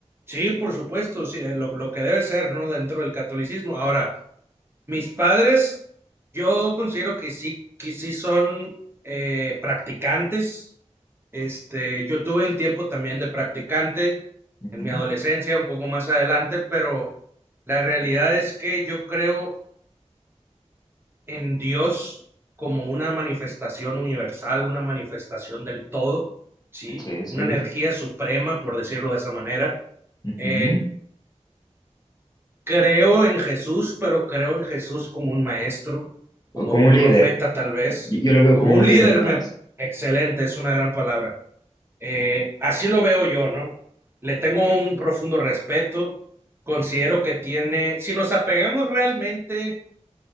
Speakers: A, on the right; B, on the left.
A: sí, por supuesto, sí, eh, lo, lo que debe ser, ¿no? Dentro del catolicismo. Ahora, mis padres, yo considero que sí, que sí son eh, practicantes este, yo tuve un tiempo también de practicante
B: Ujú,
A: en mi adolescencia, un poco más adelante, pero la realidad es que yo creo en Dios como una manifestación universal, una manifestación del todo, ¿sí?
B: Sí, sí,
A: Una energía suprema, por decirlo de esa manera.
B: ujú.
A: Eh, creo en Jesús, pero creo en Jesús como un maestro, como
B: O Como
A: un
B: un líder,
A: profeta tal vez,
B: yo, yo lo veo
A: como
B: como
A: un
B: un líder
A: líder,
B: más.
A: me- excelente, es una gran palabra Eh, así lo veo yo, ¿no? Le tengo un profundo respeto, considero que tiene, si nos apegamos realmente